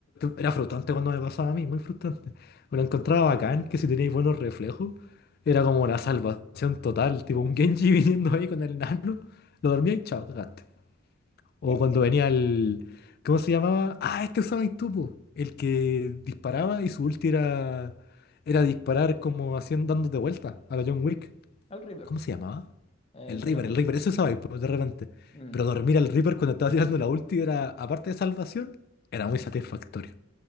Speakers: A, on the left (about 50°); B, on the left (about 30°).
A: Era frustrante cuando me pasaba a mí, muy frustrante. Me lo encontraba bacán, que si teníais buenos reflejos, era como la salvación total. Tipo un Genji <laughs> viniendo ahí con el nano, lo dormía y chao, cagaste. O
B: ¿eh?
A: cuando venía el... ¿Cómo se llamaba? Ah, este usabas tú, po. El que disparaba y su ulti era... Era disparar como haciendo, dándote vuelta a la John Wick.
B: el River.
A: ¿Cómo se llamaba?
B: El
A: El Reaper,
B: de la-
A: el Reaper, eso usabais, po, de repente.
B: Mm.
A: Pero dormir al Reaper cuando estaba tirando la ulti era, aparte de salvación, era muy satisfactorio.